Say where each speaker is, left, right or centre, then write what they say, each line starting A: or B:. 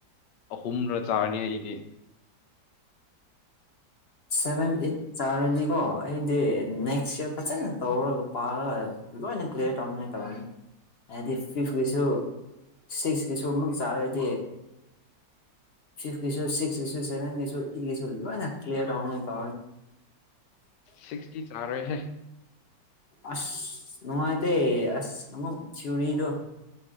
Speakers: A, on the left; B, on the left.
A: ꯑꯍꯨꯝꯔ ꯆꯥꯔꯅꯤ ꯑꯩꯗꯤ
B: ꯁꯚꯦꯟ ꯑꯠ ꯆꯔ ꯀꯣ ꯑꯩꯗꯤ ꯅꯦꯛꯁ ꯏꯔ ꯐꯖꯅ ꯇꯧꯔꯒ ꯄꯥꯔꯒ ꯂꯣꯏꯅ ꯀ꯭ꯂꯤꯌꯔ ꯇꯧꯅꯤꯉꯥꯏ ꯇꯧꯔꯅꯤ ꯍꯥꯏꯗꯤ ꯐꯤꯐꯀꯤꯁꯨ ꯁꯤꯛꯁꯀꯤꯁꯨ ꯑꯃꯨꯛ ꯆꯥꯔꯗꯤ ꯐꯤꯁ ꯁꯤꯚꯦꯟꯂꯤꯌꯥ <inaudible> ꯇꯅꯅꯦ ꯀꯦ <inaudible>
A: ꯁꯤꯛꯁꯇꯤ ꯆꯥꯔꯣꯏ ꯍꯦ
B: ꯑꯁ ꯅꯅꯨꯡꯉꯥꯏ ꯇꯦ ꯑꯁ ꯑꯃꯛ ꯊꯋꯨꯔꯤꯗꯣ